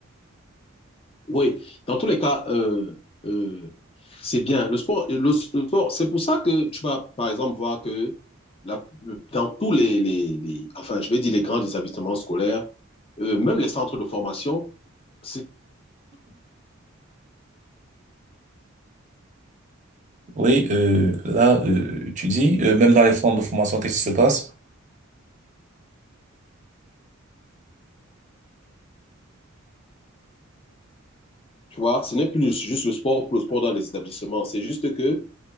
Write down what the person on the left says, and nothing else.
Oui, dans tous les cas, euh, euh, c'est bien. Le sport, le, le sport, c'est pour ça que tu vas, par exemple, voir que la- le- dans tous les, les- les- enfin, je vais dire les grands établissements scolaires, euh, même les centres de formation, c'est,
tu vois, ce n'est plus juste le sport pour le sport dans les établissements. C'est juste que